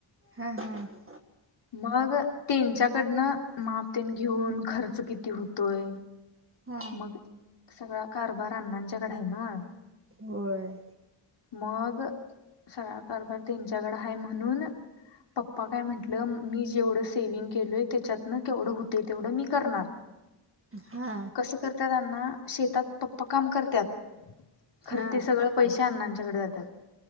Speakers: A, on the right; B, on the left.
A: हा हा
B: मग त्यांच्याकडनं माफतेन घेऊन खर्च किती होतोय
A: हा
B: मग सगळा कारभार अण्णांच्याकडे आहे ना
A: होय
B: मग सगळ कभर त्यांच्याकड आहे म्हणून पप्पा काय म्हंटलं मी जेवढं सेवि्हंग केलोय त्याच्यातन केवढं होते तेवढं मी करणार
A: हा
B: कस करत्या त्यांना शेतात पप्पा काम करत्यात खर
A: हा
B: ते सगळ पैसे अण्णांच्याकडे जातात